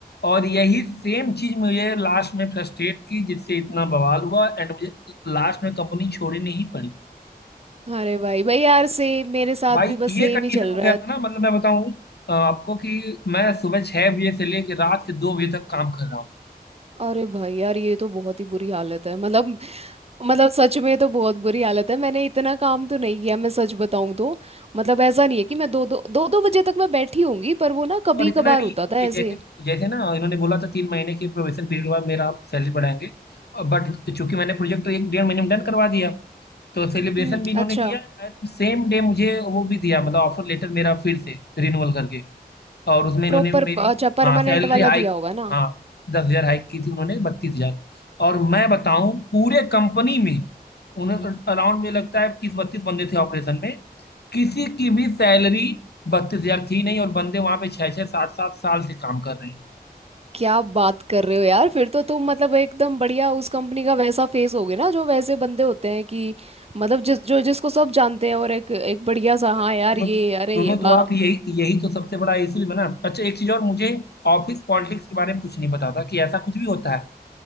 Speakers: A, on the left; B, on the right.
A: और यही सेम चीज मुझे लास्ट में फ्रस्ट्रेट की जिससे इतना बवाल हुआ एंड मुझे लास्ट में कंपनी छोड़नी ही पड़ी
B: अरे भाई भाई यार सेम मेरे साथ
A: भाई
B: भी बस
A: ये
B: सेम
A: कंडीशन
B: ही चल
A: हो
B: रहा
A: गया
B: है
A: था ना मतलब मैं बताऊं अ, आपको कि मैं सुबह छह बजे से लेकर रात के दो बजे तक काम कर रहा हूँ
B: अरे भाई यार ये तो बहुत ही बुरी हालत है मतलब मतलब सच में तो बहुत बुरी हालत है मैंने इतना काम तो नहीं किया मैं सच बताऊं तो मतलब ऐसा नहीं है कि मैं दो दो दो दो बजे तक मैं बैठी होंगी पर वो ना कभी
A: और इतना
B: कभार
A: नहीं
B: होता था ऐसे
A: ये जैसे जैसे ना इन्होंने बोला था तीन महीने के प्रोबेशन पीरियड के बाद मेरा आप सैलरी बढ़ाएंगे बट चूंकि मैंने प्रोजेक्ट एक डेढ़ महीने में डन करवा दिया तो सेलिब्रेशन
B: हम्म
A: भी इन्होंने
B: अच्छा
A: किया एंड सेम डे मुझे वो भी दिया मतलब ऑफर लेटर मेरा फिर से रिन्यूअल करके और उसमें इन्होंने
B: प्रॉपर
A: मेरी
B: अच्छा परमानेंट
A: हाँ सैलरी
B: वाला
A: हाइक
B: दिया होगा ना
A: हाँ दस हजार हाइक की थी उन्होंने बत्तीस हजार और मैं बताऊं पूरे कंपनी में उन्हें अराउंड में लगता है तीस बत्तीस बंदे थे ऑपरेशन में किसी की भी सैलरी बत्तीस हजार थी नहीं और बंदे वहां पे छह छह सात सात साल से काम कर रहे हैं
B: क्या बात कर रहे हो यार फिर तो तुम मतलब एकदम बढ़िया उस कंपनी का वैसा फेस होगे ना जो वैसे बंदे होते हैं कि मतलब जिस जो जिसको सब जानते हैं और एक एक बढ़िया सा
A: अरे
B: हाँ
A: सुनो
B: यार ये
A: तो-
B: अरे
A: सुनो
B: ये वाह
A: तो आप यही यही तो सबसे बड़ा इशू भी बना अच्छा एक चीज और मुझे ऑफिस पॉलिटिक्स के बारे में कुछ नहीं पता था कि ऐसा कुछ भी होता है